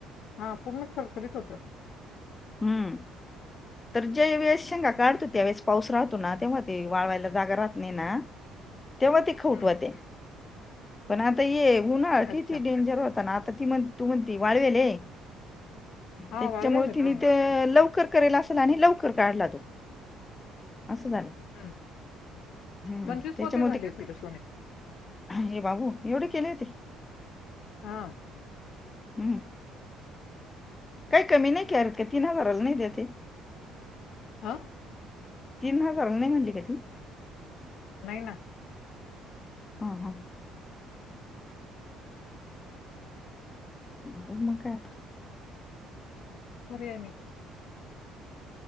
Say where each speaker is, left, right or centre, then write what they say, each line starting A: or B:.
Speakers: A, on the left; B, on the left.
A: हा पूर्ण खर खरीत होत
B: हम्म. तर ज्या वेळेस शेंगा काढतो ना त्यावेेळेस पाऊस राहतो ना तेव्हा ते वाळवायला जागा राहत नाही ना तेव्हा ते खऊट
A: हं.
B: होत्या. पण आता ये उन्हाळ किती
A: अच्छा.
B: डेंजर होता ना आता ती म्हण तू म्हणती वाळवेल ये
A: हां,
B: त्याच्यामुळे
A: वाळवेल आहे
B: तिने
A: पूर्ण.
B: ते लवकर करेल अस चला <unintelligible> आणि लवकर काढला तो असं झालं
A: हम्म
B: हम्म
A: पंचवीस
B: त्याच्यामुळे
A: पोते झाले
B: ते
A: तिला सोने
B: हे बाबो! एवढे केले होते?
A: हा
B: हम्म काही कमी नाही करत का तीन हजाराला नाही देतये?
A: हा
B: तीन हजाराला नाही म्हणली का ती?
A: नाही ना
B: हा हा खाऊ मग काय आआता
A: पर्याय नाही